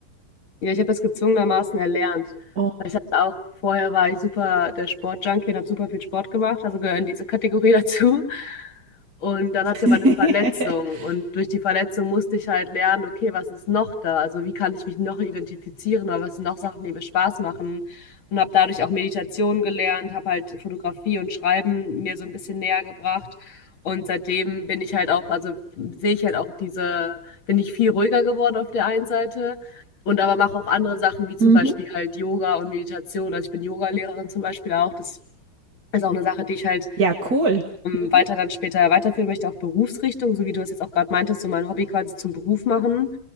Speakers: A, on the left; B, on the right.
A: Ja, ich habe das gezwungenermaßen erlernt.
B: Oh.
A: Weil Ich hatte auch, vorher war ich super der Sportjunkie und habe super viel Sport gemacht, also gehöre in diese Kategorie <laughs> dazu. Und dann hatte ich aber
B: <laughs>
A: eine Verletzung und durch die Verletzung musste ich halt lernen, okay, was ist noch da? Also wie kann ich mich noch identifizieren oder was sind noch Sachen, die mir Spaß machen? Und habe dadurch auch Meditation gelernt, habe halt Fotografie und Schreiben mir so ein bisschen näher gebracht. Und seitdem bin ich halt auch, also sehe ich halt auch diese, bin ich viel ruhiger geworden auf der einen Seite und aber mache auch andere Sachen, wie zum
B: mhm.
A: Beispiel halt Yoga und Meditation. Also ich bin Yogalehrerin zum Beispiel auch. Das ist auch eine Sache, die ich halt
B: Ja, cool.
A: ähm,
B: Mhm.
A: weiter dann später weiterführen möchte, auch Berufsrichtung, so wie du es jetzt auch gerade meintest, so mein Hobby quasi zum Beruf machen,